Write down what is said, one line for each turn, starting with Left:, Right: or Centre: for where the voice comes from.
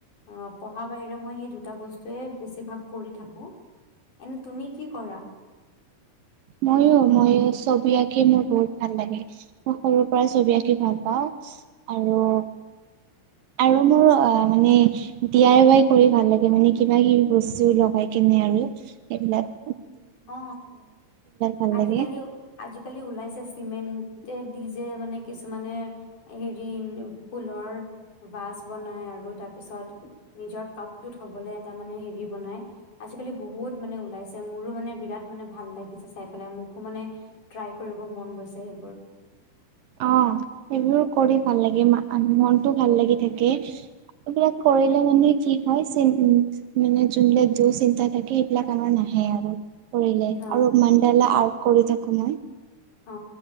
Left: পঢ়াৰ বাহিৰে মই সেই দুটা বস্তুৱে বেছিভাগ কৰি থাকো এনে তুমি কি কৰা?
Right: ময়ো মই ছবি আঁকি মোৰ বহুত ভাল লাগে মই সৰুৰ পৰা ছবি আঁকি ভাল পাওঁ আৰু আৰু মোৰ অ মানে ডিৱাই আই ৱাই কৰি ভাল লাগে মানে কিবা কিবি বস্তু লগাই কেনে আৰু এইবিলাক
Left: অ
Right: ভাল
Left: আজিকালিও
Right: লাগে।
Left: আজিকালিও ওলাইছে চিমেণ্ট তে দি যে মানে কিছুমানে হেৰি ফুলৰ বাজ বনাই আৰু তাৰপিছত নিজৰ কাপটোত থবলৈ এটা মানে হেৰি বনাই আজিকালি বহুত মানে ওলাইছে মোৰো মানে বিৰাট মানে ভাল লাগিছে চাই পেলাই মোকো মানে ট্ৰাই কৰিব মন গৈছে সেইবোৰ
Right: অ সেইবোৰ কৰি ভাল লাগে মনটো ভাল লাগি থাকে এইবিলাক কৰিলে মানে কি হয় চে মানে যোনবিলাক য চিন্তা থাকে সেইবিলাক আমাৰ নাহে আৰু কৰিলে
Left: অ
Right: আৰু মাডালা কৰি থাকো মই
Left: অ